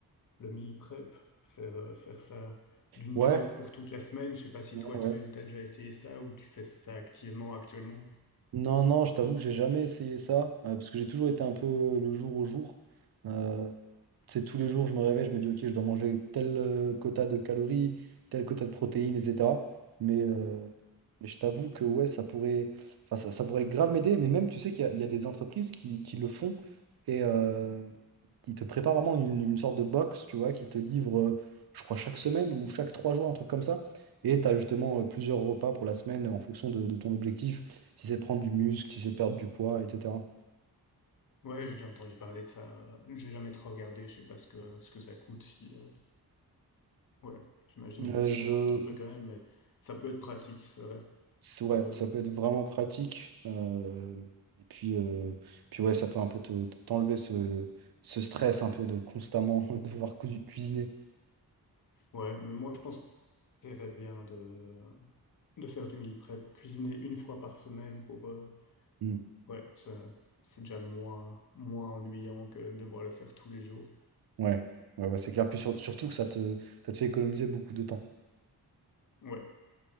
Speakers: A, on the left (about 55°); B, on the right (about 70°).
A: le meal prep, faire, euh, faire ça d'une
B: ouais.
A: traite pour toute la semaine. Je sais pas si
B: ouais,
A: toi,
B: ouais.
A: tu as déjà essayé ça ou tu fais ça activement actuellement.
B: Non, non, je t'avoue que j'ai jamais essayé ça, euh, parce que j'ai toujours été un peu le jour au jour. Euh, tu tous les jours, je me réveille, je me dis, OK, je dois manger tel euh, quota de calories, tel quota de protéines, etc. Mais, euh, mais je t'avoue que ouais, ça pourrait, enfin, ça, ça pourrait grave m'aider. Mais même, tu sais qu'il y a, il y a des entreprises qui, qui le font et euh, ils te préparent vraiment une, une sorte de box, tu vois, qui te livre, euh, je crois, chaque semaine ou chaque trois jours, un truc comme ça. Et tu as justement euh, plusieurs repas pour la semaine en fonction de de ton objectif si c'est prendre du muscle, si c'est perdre du poids, etc.
A: Ouais, j'ai déjà entendu parler de ça. J'ai jamais trop regardé. Je sais pas ce que, ce que ça coûte. Si, euh, Ouais, j'imagine
B: Euh,
A: que
B: je...
A: ça coûte un peu quand même, mais ça peut être pratique, c'est vrai.
B: c'est- Ouais,
A: De...
B: ça peut être vraiment pratique. euh, et puis, euh, puis ouais, ça peut un peu te, t'enlever ce, ce stress un peu de constamment <laughs> devoir cu- cuisiner.
A: Ouais, mais moi je pense que c'est bien de... de faire du meal prep, cuisiner une fois par semaine pour... euh,
B: Mm.
A: Ouais, ça, c'est déjà moins, moins ennuyant que de devoir le faire tous les jours.
B: Ouais, ouais, ouais, c'est clair. Puis sur- surtout que ça te, ça te fait économiser beaucoup de temps.
A: Ouais,